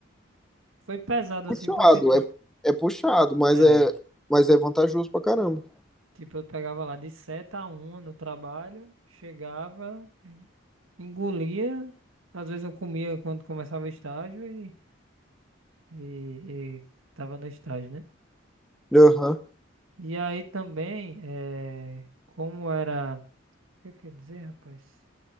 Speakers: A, on the right; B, in the centre.
A: Foi pesado
B: puxado,
A: assim porque, tipo,
B: é, é puxado, mas
A: é,
B: é, mas é vantajoso pra caramba.
A: tipo, eu pegava lá de 7 a uma no trabalho, chegava, engolia, às vezes eu comia quando começava o estágio e, e, e tava no estágio, né?
B: Aham.
A: E aí também, é, como era, o que eu quero dizer, rapaz?